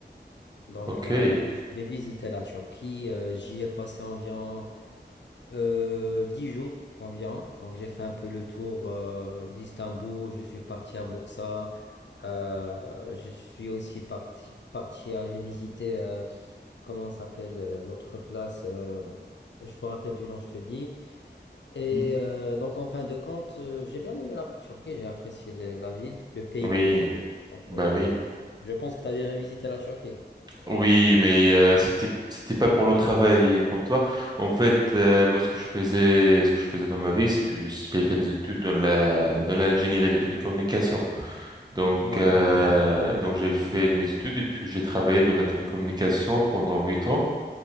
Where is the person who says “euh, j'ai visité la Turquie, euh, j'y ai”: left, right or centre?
Left